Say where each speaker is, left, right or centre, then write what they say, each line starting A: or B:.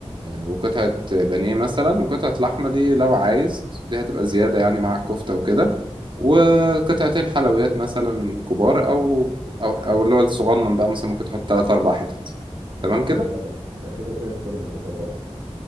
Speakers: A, on the right; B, on the right.
A: وقطعة بانيه مثلا وقطعة لحمة دي لو عايز دي هتبقى زيادة
B: آه
A: يعني مع الكفتة وكده
B: آه.
A: وقطعتين حلويات مثلا كبار أو أو أو اللي هو الصغنن بقى مثلا ممكن تحط تلات أربع حتت تمام كده
B: لا ده ده كده زي الفل أنت ظبطت